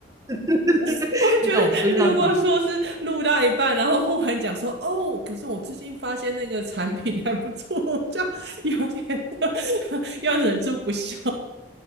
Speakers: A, on the right (about 20°); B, on the right (about 65°).
A: <laughs>
B: 我觉得如果说是录到一半，
A: 你懂，就是这样子。
B: 然后忽然讲说哦，可是我最近发现那个产品还不错，<laughs> 这样有点 <laughs> 要忍住不笑。